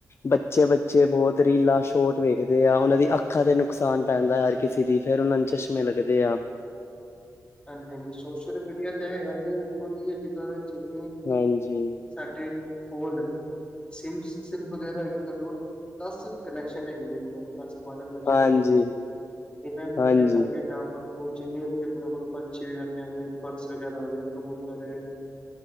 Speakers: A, on the left; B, on the left.
A: ਬੱਚੇ-ਬੱਚੇ ਬਹੁਤ ਰੀਲਾ ਸ਼ੋਟ ਵੇਖਦੇ ਆ ਉਹਨਾਂ ਦੀ ਅੱਖਾਂ ਤੇ ਨੁਕਸਾਨ ਪੈਂਦਾ। ਕਿਸੇ ਦੀ ਫਿਰ ਉਹਨਾਂ ਨੂੰ ਚਸ਼ਮੇ ਲੱਗਦੇ ਆ।
B: ਹਾਂਜੀ-ਹਾਂਜੀ ਸੋਸ਼ਲ ਮੀਡੀਆ ਤਾਂ ਹੈਗਾ ਨੀ ਦੇਖੋ ਜੀ ਅੱਜਕੱਲ ਜਿੰਨੀ
A: ਹਾਂਜੀ।
B: ਸਾਡੇ ਕੋਲ, ਸਿੰਮ ਸਿੰਮਜ ਵਗੈਰਾ ਹੈਗੇ ਕਦੋ ਦਸ ਕਨੈਕਸ਼ਨ ਹੈਗੇ ਜੀਲਬ ਦਸ ਬਾਰਾਂ ਕਨੈਕਸ਼ਨ
A: ਹਾਂਜੀ
B: ਹੈਗੇ, ਇਹਨਾਂ ਇਹਨਾਂ
A: ਹਾਂਜੀ
B: ਟਾਰਗੇਟ ਬਰਥਰੋਂ ਜਿੰਨੇ ਵੀ ਆਪਣੇ ਕੋਲ ਪੰਛੀ ਵਗੈਰਾ ਜਾਂ ਪਰਸ ਵਗੈਰਾ ਕਬੂਤਰ ਐ